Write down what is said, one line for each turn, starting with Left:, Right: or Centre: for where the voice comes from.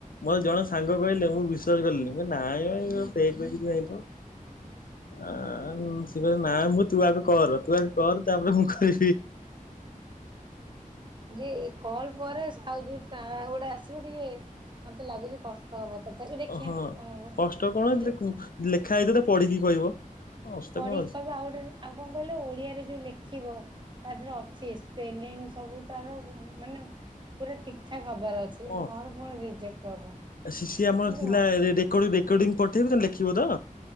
Left: ମତ୍‌ ଜଣେ ସାଙ୍ଗ କହିଲେ ମୁଁ ବିଶ୍ଵାସ କଲିିନି ମୁଁ କହିଲି ନାଇଁ ମ-ଅ-ଅ-ଅ ଫେକ୍ ପେକ୍ କିଛି ହେଇଥବ। ଆଁ-ଆ-ଆନ୍
Right: ହଁ।
Left: ସେ କହିଲେ ନାଁ ମୁଁ ତୁ ଆଗ କର ତୁ ଆଗ୍ କର ତାପରେ ମୁଁ ଖ।
Right: ଯେ ଏ କଲ ପରେ ସ ଆଉ ଯୋଉ ଟ୍ରା ଆଉ ଗୋଟେ ଆସିବ ଟିକେ ମତେ ଲାଗୁଚି କଷ୍ ଟ ହେବ ତଥାପି ଦେଖିବା
Left: ହଁ
Right: କଁ ହବ ଏ
Left: କଷ୍ଟ କଣ
Right: ଯୋଉ--୍
Left: ଲେଖା ହେଇଥିବ ତାକୁ ପଢିକି କହିବ ଅସ୍ତ
Right: ପଢିକି
Left: କ ଅଛି।
Right: କହିବ ଆଉ ଗୋଟେ ଆଉ କଣ କହିଲ ଓଡିଆରେ ଯୋଉ ଲେଖିବ ତା ଧେରେ ଅଛି ସ୍ପେଲିଙ୍ଗ ସବୁ ତାର ମ୍ ମାନେ ପୁରା ଠିକ ଠାକ୍ ହବାର ଅଛି। ଠିକ
Left: ହଁ
Right: ନହେବ ପୁଣି ରିଜେକ୍ଟ ହବ।
Left: ସି ସି ଆମର
Right: ମୁଁ
Left: ଥିଲା ରେ ରେକର୍ଡିଂ ରେକଡିଂ ପଠେଇବେ ତମେ ଲେଖିବ ତ?